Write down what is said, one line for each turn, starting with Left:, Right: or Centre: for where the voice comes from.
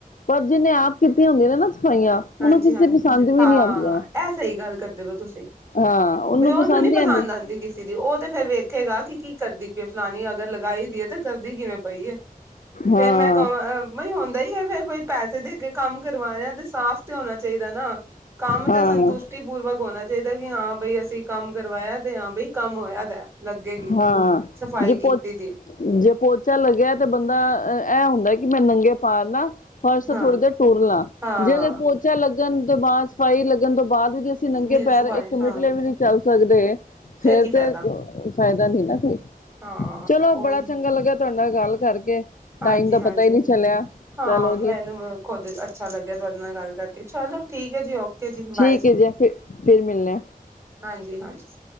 Left: ਪਰ ਜਿਨੇ ਆਪ ਕੀਤੀਆਂ ਹੁੰਦੀਆਂ ਨੇ ਨਾ ਸਫਾਈਆਂ ਉਹਨੂੰ
Right: ਹਾਂਜੀ-ਹਾਂਜੀ
Left: ਕਿਸੇ ਪਸੰਦ ਵੀ
Right: ਹਾਂ
Left: ਨਹੀਂ ਆਉਂਦੀਆਂ।
Right: ਐ ਸਈ ਗੱਲ ਕਰਦੇ ਪੇ ਓ ਤੁਸੀਂ।
Left: ਹਾਂ ਉਹਨੂੰ
Right: ਬਈ ਉਨੂੰ ਨੀ ਪਸੰਦ
Left: ਹੀ ਆਂਦੇ
Right: ਆਂਦੀ ਕਿਸ ਤੀ ਦੀ ਓ 'ਤੇ ਫੇਰ ਵੇਖੇਗਾ ਕੀ-ਕੀ ਕਰਦੀ ਪੀਏ ਫਲਾਨੀ ਅਗਰ ਲਗਾਈ ਦੀਏ 'ਤੇ ਕਰਦੀ ਕਿਵੇਂ ਪਈ ਏ। ਫੇਰ
Left: ਹਾਂ
Right: ਮੈਂ ਕਵ ਬਈ ਹੁੰਦਾ ਈ ਏ ਫੇਰ ਬਈ ਪੈਸੇ ਦੇ ਕੇ ਕੰਮ ਕਰਵਾ ਰੇਆ ਤੇ ਸਾਫ਼ ਤੇ ਹੋਣਾ ਚਾਈਦਾ ਨਾ ਕੰਮ
Left: ਹਾਂ
Right: 'ਤੇ ਸੰਤੁਸ਼ ਟੀ ਪੂਰਵਕ ਹੋਣਾ ਚਾਈਦਾ ਕਿ ਹਾਂ ਬਈ ਅਸੀਂ ਕੰਮ ਕਰਵਾਇਆ 'ਤੇ ਹਾਂ ਬਈ ਕੰਮ ਹੋਇਆ ਦਾ ਐ। ਲੱਗੇਗੀ,
Left: ਹਾਂ
Right: ਸਫ਼ਾਈ
Left: ਜੇ
Right: ਕੀਤੀ
Left: ਪੋ
Right: ਦੀ ਏ।
Left: ਜੇ ਪੋਚਾ ਲੱਗਿਆ ਤੇ ਬੰਦਾ ਇਹ ਹੁੰਦਾ ਕਿ ਮੈਂ ਨੰਗੇ ਪਾਰ ਨਾ ਫਰਸ਼
Right: ਹਾਂ
Left: ਥੋੜੀ ਦੇਰ ਟੁਰਨਾ
Right: ਹਾਂ।
Left: ਜੇਕਰ ਪੋਚਾ ਲੱਗਣ ਤੋਂ ਬਾਅਦ ਸਫ਼ਾਈ ਲੱਗਣ ਤੋਂ ਬਾਅਦ ਵੀ ਜੇ ਅਸੀਂ ਨੰਗੇ
Right: ਫਿਰ
Left: ਪੈਰ
Right: ਸਫਾਈ
Left: ਇੱਕ ਮਿੱਟਲੇ
Right: ਹਾਂ
Left: ਵੀ ਨਹੀਂ ਚੱਲ ਸਕਦੇ ਫੇਰ
Right: ਕੀ ਫਾਇਦਾ
Left: ਤੇ ਫਾਇਦਾ ਨੀ ਨਾ ਕੋਈ,
Right: ਹਾਂ
Left: ਚਲੋ
Right: ਉਹੀ
Left: ਬੜਾ ਚੰਗਾ ਲੱਗਾਿਆ ਤੁਹਾਡੇ ਨਾਲ ਗੱਲ ਕਰਕੇ
Right: ਹਾਂਜੀ
Left: ਟਾਈਮ ਦਾ
Right: ਹਾਂਜੀ।
Left: ਪਤਾ ਹੀ ਨਹੀਂ ਚੱਲਿਆ
Right: ਹਾਂ
Left: ਚੱਲ ਉਹਦੀ
Right: ਮੈਨੂੰ ਖੁਦ ਅੱਛਾ ਲੱਗਿਆ ਤੁਹਾਡੇ ਨਾਲ ਗੱਲ ਕਰਕੇ, ਚਲ ਠੀਕ ਹੈ ਜੀ, ਓਕੇ ਜੀ,
Left: ਠੀਕ
Right: ਬਾਏ ਜੀ,
Left: ਹੈ ਫਿਰ ਫਿਰ ਮਿਲਣੇ ਆ
Right: ਹਾਂਜੀ-ਹਾਂਜੀ।